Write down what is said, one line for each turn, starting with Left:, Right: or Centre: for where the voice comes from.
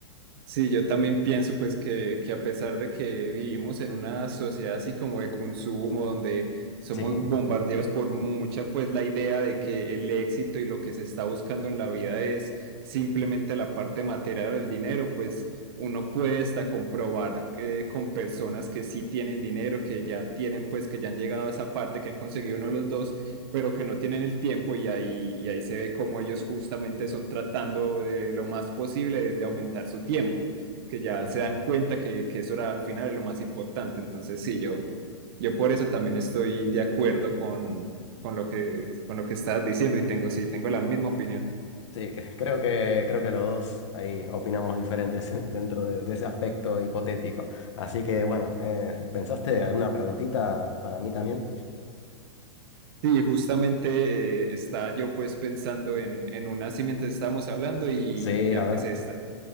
Right: Sí, yo también pienso pues que, que a pesar de que vivimos en una sociedad así como de consumo, donde somos
Left: Sí,
Right: bombardeados por mucha, pues la idea de que el éxito y lo que se está buscando en la vida es simplemente la parte material del dinero, pues uno puede hasta comprobar eh, con personas que sí tienen dinero, que ya tienen pues que ya han llegado a esa parte, que han conseguido uno de los dos pero que no tienen el tiempo y ahí, y ahí se ve cómo ellos justamente son tratando de lo más posible de, de aumentar su tiempo, que ya
Left: mm,
Right: se dan cuenta que, que eso era al final lo más importante. Entonces, sí, yo, yo por eso también estoy de acuerdo con, con lo que, con lo que estabas diciendo y tengo, sí, tengo la misma opinión.
Left: sí, cre- creo que, creo que los dos ahí opinamos diferentes <laughs> dentro de, de ese aspecto hipotético. Así que bueno, eh, ¿pensaste alguna preguntita para mí también?
Right: Sí, justamente eh, estaba yo pues pensando en, en una así mientras estábamos hablando y,
Left: Sí,
Right: y ya
Left: a ver.
Right: pues esta.